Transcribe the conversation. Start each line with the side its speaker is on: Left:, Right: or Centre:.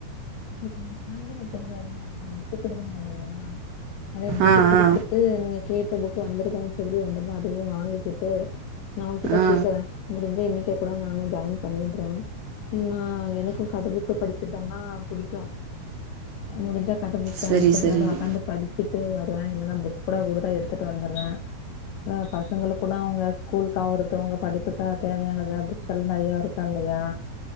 Left: அது சாயங்காலோ போங்க அப்டி புக் குடுக்குனு இல்லியா அதே புக்
Right: ஆ ஆ
Left: குடுத்துட்டு நீங் கேட்ட புக்கு வந்துருக்கான் சொல்லி வந்துருந்தா அதையு வாங்கிக்கிட்டு நா உங்கிட்ட
Right: ஆ
Left: கேக்குவே முடுஞ்சா இன்னக்கே கூட நானு ஜாயின் பண்ணிட்றே ஏன்னா எனக்கு கத புக்கு படிக்கதனா புடிக்கு முடுஞ்சா கத புக்கு
Right: சரி
Left: அங்கெ கொஞ்ச
Right: சரி
Left: நேரொ ஒக்காந்து படிச் சுட்டு வருவவே இல்லன்னா புக் கூட <unintelligible> எடுத்துட்டு வந்துருவே அ பசங்களுக்குனா அவுங்க ஸ்கூல்க்கு ஆவுறது அவுங்க படிப்புக்க தேவையானத கள் நெறைய இருக்கா இல்லையா